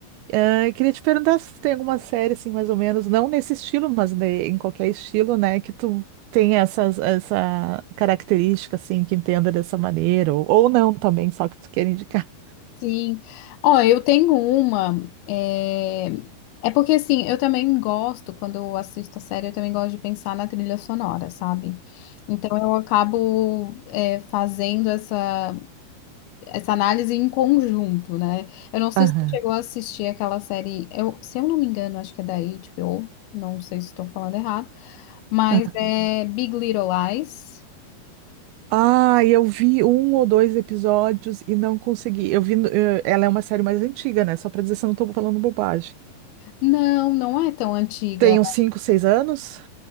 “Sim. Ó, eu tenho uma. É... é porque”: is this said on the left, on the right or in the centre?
Left